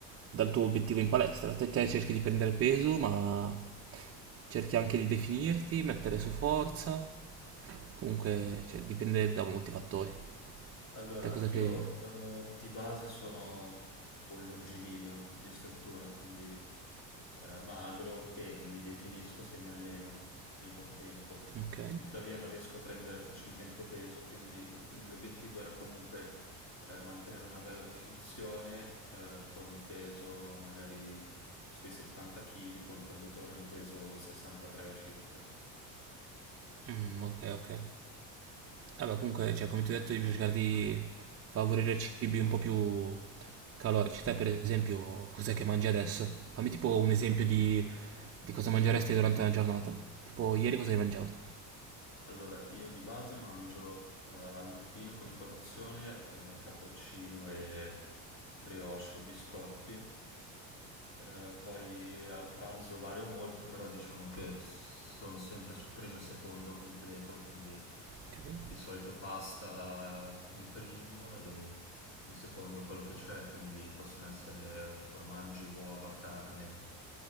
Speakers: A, on the right; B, on the left.
A: dal tuo obiettivo in palestra. Te, te cerchi di prendere peso, ma cerchi anche di definirti, mettere su forza. Comunque, cioè, dipende da molti fattori.
B: Allora,
A: Te cosa
B: io
A: che...
B: eh, di base sono un longilineo di struttura, quindi eh, magro che mi definisco se mi alleno in poco tempo.
A: Ok.
B: Tuttavia non riesco a prendere facilmente peso, quindi il mio obiettivo era comunque eh, mantenere una bella definizione eh, con un peso magari sui 70 kg, contando che ora ne peso 63 circa.
A: Mm, ok, ok. Vabbè, comunque, cioè, come ti ho detto, devi cercare di favorire cibi un po' più calorici. Te, per esempio, cos'è che mangi adesso? Fammi tipo un esempio di, di cosa mangeresti durante una giornata. Tipo, ieri cosa hai mangiato?
B: Allora, io di base mangio eh, al mattino come colazione eh, cappuccino e brioche o biscotti eh, poi al pranzo vario molto, però diciamo che sono sempre su primo e secondo completo, quindi
A: Ok.
B: di solito pasta di primo e di secondo quello che c'è, quindi possono essere formaggi, uova, carne,